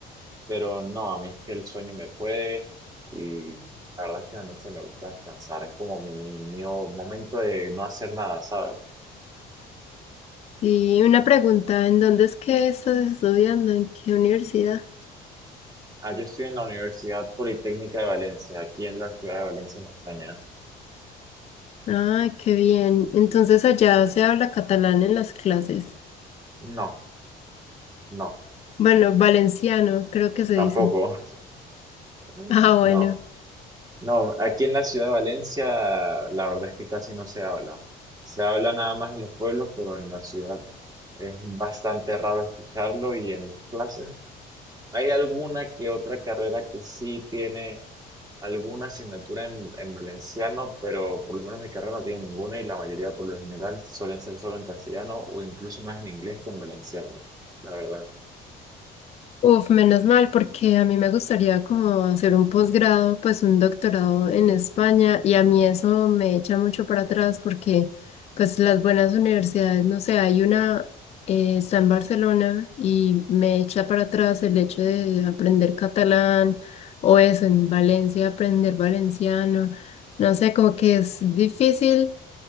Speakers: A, on the right; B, on the left.
A: Pero no, a mí es que el sueño me puede y la verdad es que en la noche me gusta descansar. Es como mi, mi o- momento de no hacer nada, ¿sabes?
B: y una pregunta, ¿en dónde es que estás estudiando? ¿En qué universidad?
A: Ah, yo estoy en la Universidad Politécnica de Valencia, aquí en la ciudad de Valencia, en España.
B: Ah, qué bien. Entonces allá se habla catalán en las clases.
A: No, no,
B: Bueno, valenciano, creo que se
A: tampoco.
B: dice.
A: <laughs>
B: Ah, bueno.
A: No. No, aquí en la ciudad de Valencia la verdad es que casi no se habla. Se habla nada más en los pueblos, pero en la ciudad es bastante raro escucharlo y en las clases hay alguna que otra carrera que sí tiene alguna asignatura en, en valenciano, pero por lo menos mi carrera no tiene ninguna y la mayoría por lo general suelen ser solo en castellano o incluso más en inglés que en valenciano, la verdad.
B: Uf, menos mal, porque a mí me gustaría como hacer un posgrado, pues un doctorado en España, y a mí eso me echa mucho para atrás porque pues las buenas universidades, no sé, hay una, eh, está en Barcelona y me echa para atrás el hecho de aprender catalán o eso, en Valencia aprender valenciano, no sé, como que es difícil